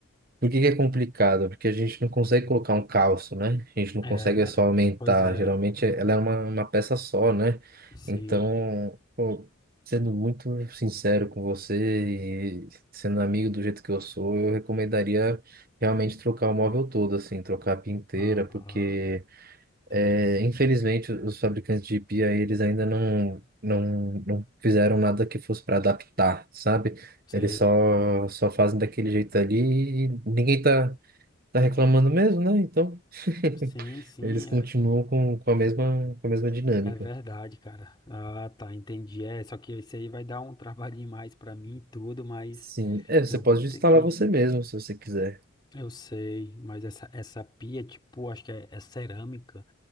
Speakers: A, on the right (about 40°); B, on the left (about 20°).
A: Por que que é complicado? Porque a gente não consegue colocar um calço, né? A gente não
B: É,
A: consegue é só aumentar.
B: pois é,
A: Geralmente é, ela é uma, uma peça só, né?
B: sim,
A: Então, pô, sendo muito sincero com você e sendo amigo do jeito que eu sou, eu recomendaria realmente trocar o móvel todo, assim, trocar a pia inteira,
B: ah,
A: porque.
B: entendi,
A: É, infelizmente, os fabricantes de pia, eles ainda não, não, não fizeram nada que fosse para adaptar, sabe?
B: sei,
A: Eles só, só fazem daquele jeito ali e ninguém tá, tá reclamando mesmo, né? Então, <laughs>
B: sim, sim,
A: eles continuam
B: é,
A: com, com a mesma, com a mesma dinâmica.
B: é verdade, cara, ah, tá, entendi, é, só que isso aí vai dar um <laughs> trabalhinho mais pra mim e tudo, mas
A: Sim, é, você
B: eu
A: pode
B: vou ter
A: instalar
B: que,
A: você mesmo, se você quiser.
B: Eu sei, mas essa, essa pia, tipo, acho que é, é cerâmica,